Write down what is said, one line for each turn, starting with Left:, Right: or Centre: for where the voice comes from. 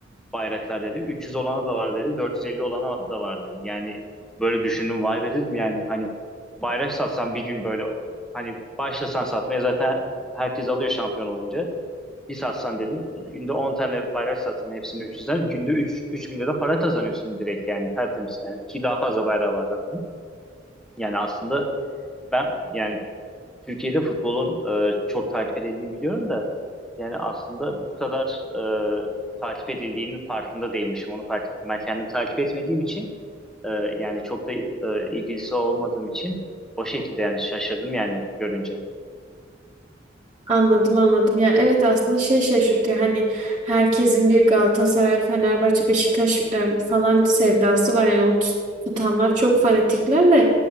Centre: bayraklar dedi 300 olana da var dedi 450 olana da var dedi. Yani böyle düşündüm vay be dedim yani hani bayrak satsan bir gün böyle hani başlasan satmaya zaten herkes alıyor şampiyon olunca. bir satsan dedim günde 10 tane bayrak satsan hepsini 300'den günde üç 3 bin lira para kazanıyorsun direkt yani tertemiz yani ki daha fazla bayrağı var adamın. Yani aslında ben yani Türkiye'de futbolun e, çok takip edildiğini biliyorum da yani aslında bu kadar e, takip edildiğinin farkında değilmişim onu fark ettim. Ben kendim takip etmediğim için e, yani çok da e, ilgilisi olmadığım için o şekilde yani şaşırdım yani görünce.
Right: Anladım anladım. Ya evet aslında şey şaşırtıyor. Hani herkesin bir Galatasaray, Fenerbahçe, Beşiktaş e, falan sevdası var. Yani onu tut- tutanlar çok fanatikler de